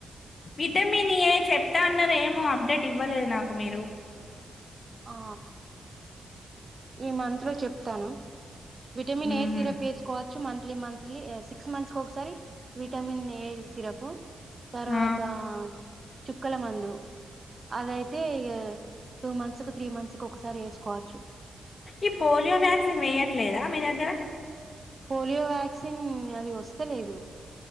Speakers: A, on the left; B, on the right.
A: విటమిన్ ఏ చెప్తా అన్నారు ఏమో అప్డేట్ ఇవ్వలేదు నాకు మీరు
B: ఆ ఈ మంత్లో చెప్తానా విటమిన్
A: మ్మ్
B: ఏ సిరప్ ఏస్కోవ చ్చు మంత్లీ మంత్లీ సిక్స్ మంత్స్ కొకసారి విటమిన్ ఏ సిరప్ తర్వాతా
A: ఆ
B: చుక్కల మందు అదయితే ఇగ టూ మంత్స్కు త్రీ మంత్స్ త్స్ ఒకసారి ఏస్కోవచ్చు.
A: ఈ పోలియో వ్యాక్సిన్ వేయట్లేదా మీ దగ్గర
B: పోలియో వ్యాక్సిన్ అది వస్తలేదు